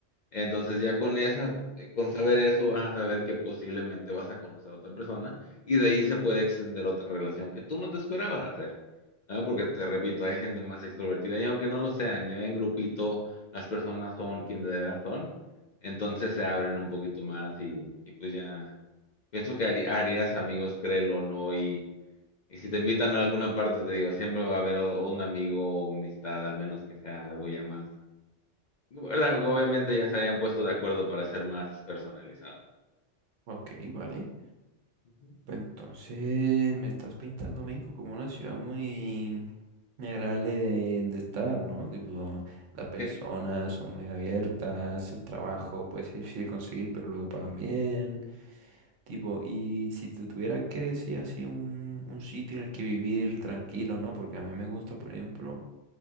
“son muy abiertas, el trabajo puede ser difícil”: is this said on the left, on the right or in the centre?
Right